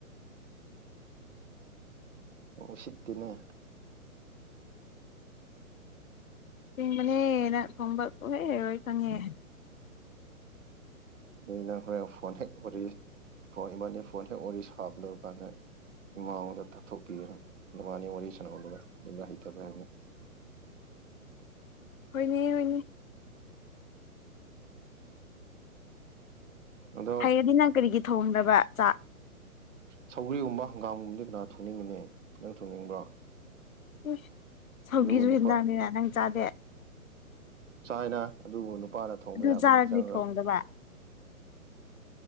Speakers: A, on the right (about 55°); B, on the left (about 65°).
A: ꯑ ꯎ ꯁꯤꯇꯤꯅꯦ
B: ꯆꯤꯡꯕꯅꯦ ꯅꯪ ꯊꯣꯡꯕ ꯁꯣꯛꯍꯦ ꯍꯔꯣꯏ ꯈꯪꯉꯦ
A: ꯑꯗꯨꯅ ꯍꯣꯔꯦꯟ ꯐꯣꯟ ꯍꯦꯛ ꯋꯥꯔꯤ ꯐꯣꯟ ꯏꯕꯥꯥꯟꯅꯤ ꯐꯣꯟ ꯍꯦꯛ ꯋꯥꯔꯤ ꯁꯥꯞꯂ ꯀꯥꯟꯗ ꯏꯃꯥꯉꯣꯟꯗ ꯇꯥꯛꯊꯣꯛꯄꯤꯑꯅ ꯅꯨꯕꯥꯅꯤ ꯋꯥꯔꯤ ꯁꯥꯟꯅꯕꯅꯕꯗꯨ ꯑꯩꯕ ꯍꯩꯇꯕ꯭ꯔꯥ ꯍꯥꯏꯕꯅ <inaudible>
B: ꯍꯅꯦ ꯍꯅꯦ
A: ꯑꯗꯣ
B: ꯍꯩꯌꯦꯅꯤ ꯅꯪ ꯀꯔꯤꯒꯤ ꯊꯣꯡꯗꯕ ꯆꯥꯛ
A: ꯁꯧꯒ꯭ꯔꯤꯒꯨꯝꯕ ꯍꯪꯒꯥꯝꯒꯨꯝꯕꯗꯤ ꯀꯅꯥ ꯊꯣꯡꯅꯤꯡꯉꯅꯤ ꯅꯈꯤꯪ ꯊꯣꯡꯅꯤꯡꯕ꯭ꯔꯣ
B: ꯎ ꯁꯧꯒꯤꯁꯨ
A: ꯑꯗꯨꯕꯨ ꯅꯨꯄꯥ
B: ꯍꯦꯟꯖꯔꯝꯃꯤꯅ ꯅꯪ ꯆꯥꯗꯦ
A: ꯆꯥꯏꯅ ꯑꯗꯨꯕꯨ ꯅꯨꯄꯥꯅ ꯊꯣꯡꯕ
B: ꯑꯗꯨ
A: ꯌꯥꯕ
B: ꯆꯥꯔꯒꯗꯤ
A: ꯍꯟꯁꯥꯡꯒꯔ
B: ꯊꯣꯡꯗꯕ